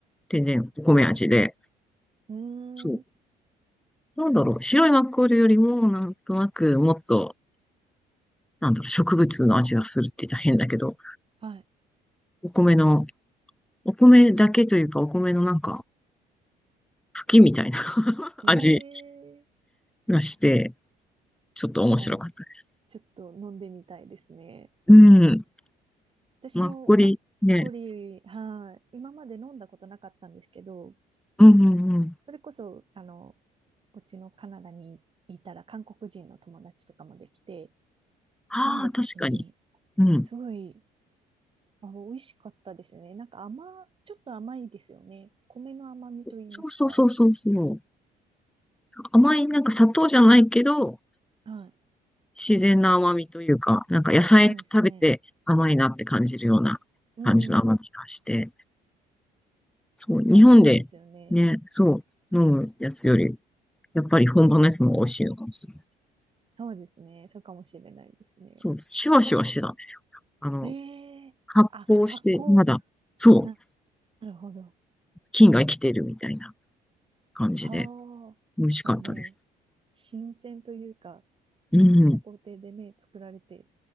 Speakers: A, in the centre; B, on the right.
A: 全然お米味で、
B: うー
A: そう。
B: ん。
A: なんだろう、白いマッコリよりも、なんとなく、もっと、なんだろう、植物の味がするって言ったら変だけど、
B: は
A: お米の、お米だけというか、お米のなんか、茎みたいな <laughs>
B: い。
A: 味
B: ええ
A: がして、ちょっと面白かったです。
B: あ、ちょっと飲んでみたいですね。
A: うん。
B: 私もマッコリー、
A: マッコリね、
B: はい。今まで飲んだことなかったんですけど、
A: うんうんうん。
B: それこそ、あの、こっちのカナダにいたら韓国人の友達とかもできて、
A: ああ、
B: 飲んだ時に、
A: 確かに。うん。
B: すごい、あ、美味しかったですね。なんか甘、ちょっと甘いですよね。米の甘みと言いますか。
A: そうそうそうそうそう。甘い、なんか砂糖じゃないけど、
B: はい。
A: 自然な甘みというか、なんか野菜と食べて甘いなって感じるような感じの甘みがして。
B: そうですね。うん。
A: そう、
B: なんかいいですよね。
A: 日本でね、そう、飲むやつより、やっぱり本場のやつの方が美味しいのかもしれない。
B: そうですね。そうかもしれないですね。
A: そう、シュワシュワしてたんですよ。あの、
B: ええあ、
A: 発酵して、
B: 発酵。
A: まだ、そう、
B: ななるほど。
A: 菌が生きてるみたいな感じで、
B: ああ。
A: 美味しかったです。
B: じゃあもう、新鮮というか、ちゃんとした工程でね、
A: うん。
B: 作られて